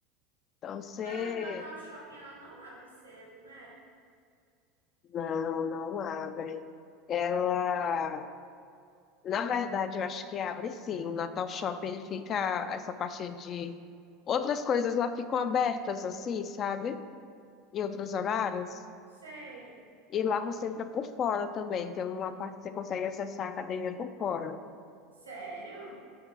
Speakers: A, on the left; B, on the right.
A: Então você.
B: Mas a do Natal o Shopping ela não abre cedo, né?
A: Não, não abre. Ela. Na verdade, eu acho que abre sim. O Natal Shopping, ele fica. Essa parte de. Outras coisas lá ficam abertas, assim, sabe? Em outros horários.
B: Sei.
A: E lá você entra por fora também. Tem uma parte que você consegue acessar a academia por fora.
B: Sério?